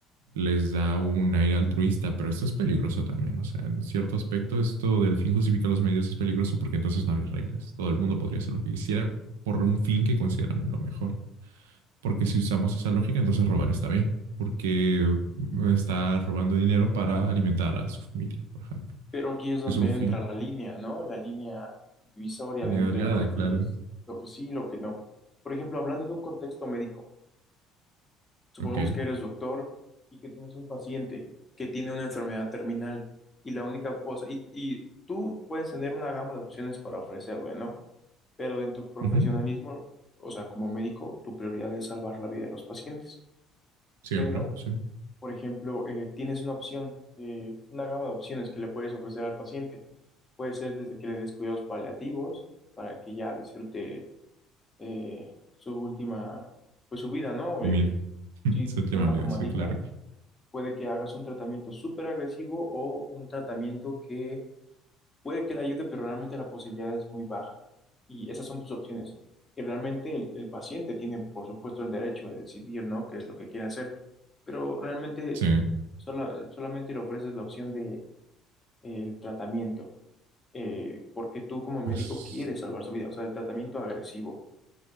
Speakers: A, on the right (about 75°); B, on the left (about 25°).
A: les da un aire altruista, pero esto es peligroso también. O sea, en cierto aspecto, esto del fin justifica los medios es peligroso porque entonces no había reglas. Todo el mundo podría hacer lo que quisiera por un fin que consideran lo mejor. Porque si usamos esa lógica, entonces robar está bien, porque está robando dinero para alimentar a su familia, por ejemplo.
B: Pero aquí es donde
A: Es un fin.
B: entra la línea, ¿no? La línea divisoria
A: La
B: de
A: línea
B: entre
A: delgada,
B: lo
A: claro.
B: que es,
A: <laughs>
B: lo que sí y lo que no. Por ejemplo, hablando de un contexto médico, supongamos
A: Ok.
B: que eres doctor y que tienes un paciente que tiene una enfermedad terminal y la única, o sea, y, y tú puedes tener una gama de opciones para ofrecerle, ¿no? Pero en tu profesionalismo,
A: Uh -huh.
B: o sea, como médico, tu prioridad es salvar la vida de los pacientes.
A: Siempre,
B: Pero,
A: sí.
B: por ejemplo, eh, tienes una opción, eh, una gama de opciones que le puedes ofrecer al paciente Puede ser desde que le des cuidados paliativos para que ya disfrute eh, su última, pues su vida, ¿no?
A: Comida.
B: Eh,
A: <laughs>
B: sí,
A: Séptima
B: de una
A: vida,
B: forma
A: sí,
B: digna.
A: claro. claro.
B: Puede que hagas un tratamiento súper agresivo o un tratamiento que puede que le ayude, pero realmente la posibilidad es muy baja. Y esas son tus opciones. Y realmente el, el paciente tiene, por supuesto, el derecho de decidir, ¿no? Qué es lo que quiere hacer. Pero realmente
A: Sí.
B: sola- solamente le ofreces la opción de, eh, el tratamiento eh, porque tú como médico
A: Pues
B: quieres salvar su vida, o sea, el tratamiento agresivo,